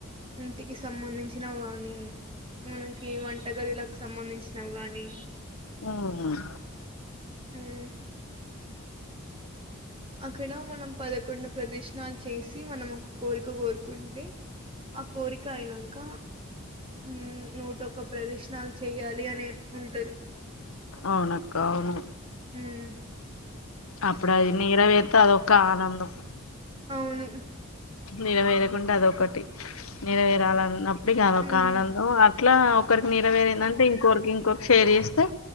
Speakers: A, on the right; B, on the left.
A: ఇంటికి సంబంధించినవి కాని మనకి వంటగదిలకు సంబంధించినవి గానీ
B: ఊమ్
A: ఉమ్ అక్కడ మనం పదకొండు ప్రదక్షిణాలు చేసి మనము ఒక కోరిక కోరుకుంటే ఆ కోరిక అయినాక ఉ నూటోక ప్రదక్షిణాలు చెయ్యాలి అనే ఉంటది
B: అవునక్క అవును
A: ఉమ్
B: అప్పుడు అది నెరవేరి తె అదొక ఆనందం
A: అవును
B: నెరవేరకుంటె అదొకటి నెరవేరాలన్న ఇగ అది ఒక
A: ఉమ్
B: ఆనందం ఇట్లా ఒకరికి నెరవేరిందంటే ఇంకొరికి ఇంకొరికి షేర్ చేస్తే